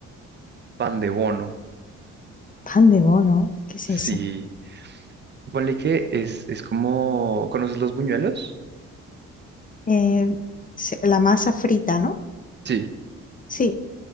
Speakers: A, on the right; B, on the left.
A: pan de bono.
B: Pan de bono, ¿qué es
A: Sí.
B: eso?
A: Ponle que es, es como... ¿Conoces los buñuelos?
B: Eh, se- la masa frita, ¿no?
A: Sí.
B: Sí.